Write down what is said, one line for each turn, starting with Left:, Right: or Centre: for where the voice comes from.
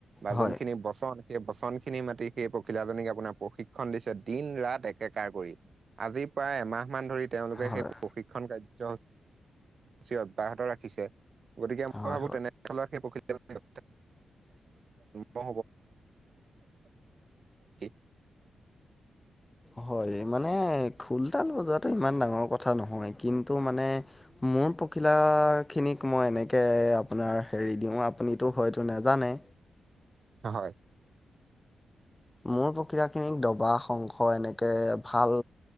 Right: বা
Left: হয়,
Right: যোনখিনি বচন সেই বচন খিনি মাতি সেই পখিলাজনীক আপোনাৰ প্ৰশিক্ষণ দিছে দিন ৰাত একেকাৰ কৰি। আজি প্ৰায় এমাহমান ধৰি তেওঁলোকে
Left: হয়,
Right: সেই
Left: হয়।
Right: প্ৰশিক্ষণ কাৰ্য সি অব্যাহত ৰাখিছে গতিকে মই
Left: হয়,
Right: ভাবো তেনে ফলত সেই পখিলাজনী <unintelligible> <unintelligible> <inaudible>
Left: হয় মানে খোল, তাল বজোৱাটো ইমান ডাঙৰ কথা নহয় কিন্তু মানে মোৰ পখিলাখিনিক মই এনেকে আপোনাৰ হেৰি দিও আপুনিতো হয়টো নেজানে
Right: হয়।
Left: মোৰ প্ৰক্ৰিয়াখিনি দবা, শংখ এনেকে ভাল